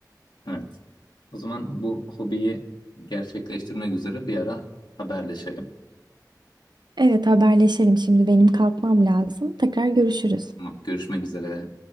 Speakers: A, on the left (about 90°); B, on the right (about 80°).
A: Evet. O zaman bu hobiyi gerçekleştirmek üzere bir ara haberleşelim.
B: Evet haberleşelim şimdi benim kalkmam lazım tekrar görüşürüz.
A: Tamam, görüşmek üzere.